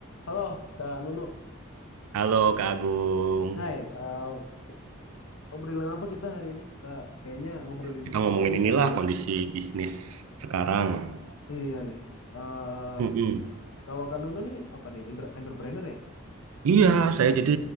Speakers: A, on the left; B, on the right.
A: Halo, Kak Nunu.
B: Halo Kak Agung,
A: Hai, eh obrolan apa kita hari ini? Kita kayaknya ngobrolin
B: kita ngomongin
A: bisnis
B: inilah
A: kali ya.
B: kondisi bisnis sekarang.
A: Iya nih. eh
B: Mm-mm.
A: kalau Kak Nunu nih apa nih? Entre- entrepreneur ya?
B: Iya, saya jadi